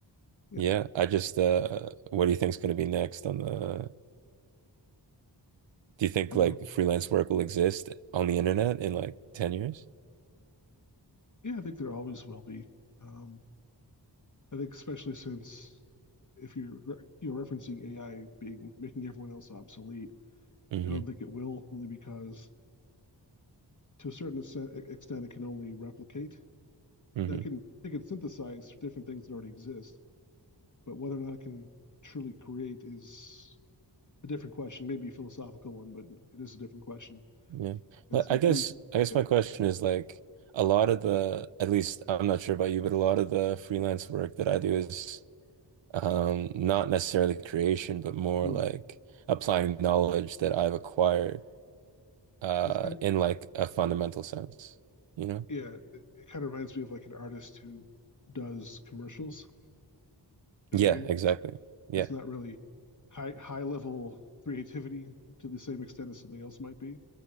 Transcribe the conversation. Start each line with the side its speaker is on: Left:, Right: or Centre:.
Left: yeah,
Right: Yeah, I just uh what do you think's going to be next on the do you think
Left: other
Right: like freelance work will exist on the internet in like 10 years?
Left: yeah, I think there always will be. Um, I think especially since if you're you know referencing AI being making everyone else obsolete,
Right: hmm
Left: I don't think it will only because to a certain extent it can only replicate.
Right: hmm
Left: Now it can it can synthesize different things that already exist, But whether or not it can truly create is a different question, maybe a philosophical one, but it is a different question.
Right: Yeah.
Left: And
Right: Well,
Left: so
Right: I
Left: if
Right: guess
Left: you,
Right: I guess
Left: yeah,
Right: my question is like a lot of the at least I'm not sure about you, but a lot of the freelance work that I do is Um, not necessarily creation, but more
Left: mm,
Right: like applying knowledge that I've acquired uh
Left: it's kind of,
Right: in like a fundamental sense, you know?
Left: yeah, it, it kind of reminds me of like an artist who does commercials. You
Right: Yeah,
Left: know what I mean?
Right: exactly. Yeah.
Left: It's not really high high level creativity to the same extent as something else might be.